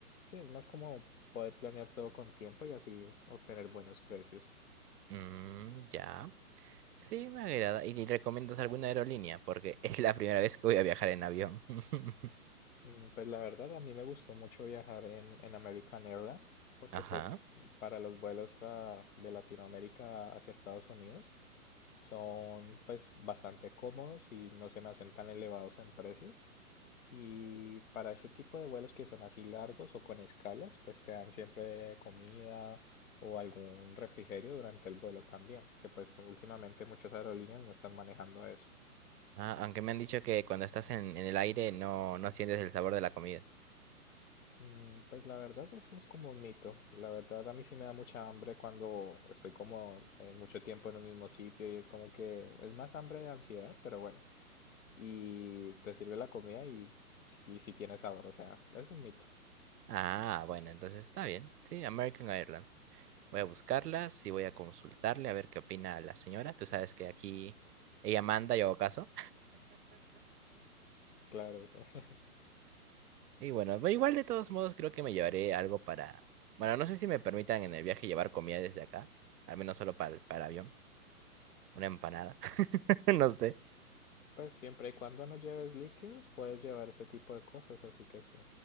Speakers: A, on the left (about 60°); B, on the right (about 90°).
A: sí, es más como poder planear todo con tiempo y así obtener buenos precios.
B: Mm, ya. Sí, me agrada. ¿Y recomiendas alguna aerolínea? Porque <laughs> es la primera vez que voy a viajar en avión. <laughs>
A: Mm, Pues la verdad, a mí me gustó mucho viajar en, en American Airlines, porque
B: Ajá.
A: pues para los vuelos a- de Latinoamérica hacia Estados Unidos son pues bastante cómodos y no se me hacen tan elevados en precios. Y para ese tipo de vuelos que son así largos o con escalas, pues te dan siempre comida o algún refrigerio durante el vuelo también, que pues últimamente muchas aerolíneas no están manejando eso.
B: Ah, aunque me han dicho que cuando estás en, en el aire no, no sientes el sabor de la comida.
A: Mm, Pues la verdad eso es como un mito. La verdad a mí sí me da mucha hambre cuando estoy como eh, mucho tiempo en un mismo sitio y es como que es más hambre de ansiedad, pero bueno. Y te sirve la comida y si, si tiene sabor, o sea, es un mito.
B: Ah, bueno, entonces está bien. Sí, American Airlines. Voy a buscarlas y voy a consultarle a ver qué opina la señora. Tú sabes que aquí ella manda, yo hago caso.
A: Claro, sí.
B: Y bueno, ve igual de todos modos creo que me llevaré algo para... Bueno, no sé si me permitan en el viaje llevar comida desde acá. Al menos solo para, para el avión. Una empanada. <laughs> No sé.
A: Pues siempre y cuando no lleves líquidos, puedes llevar ese tipo de cosas, así que sí.